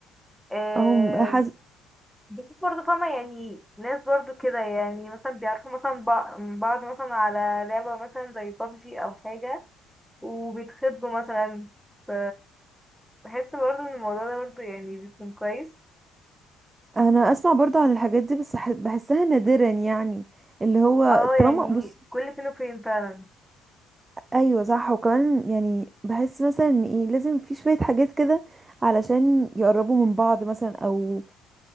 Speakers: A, in the centre; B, on the right.
A: آه،
B: أو حز...
A: بشوف برضه فاهمة يعني ناس برضه كده يعني مثلا بيعرفوا مثلا بع- بعض مثلا على لعبة مثلا زي بابجي أو حاجة وبيتخطبوا مثلا ف بحس برضه إن الموضوع ده برضه يعني بيكون كويس
B: أنا أسمع برضو عن الحاجات دي بس ح- بحسها نادرا يعني اللي هو
A: اه يعني
B: طالما بص
A: كل فين وفين فعلا
B: ايوه صح وكمان يعني بحس مثلا ان ايه لازم في شويه حاجات كده علشان يقربوا من بعض مثلا او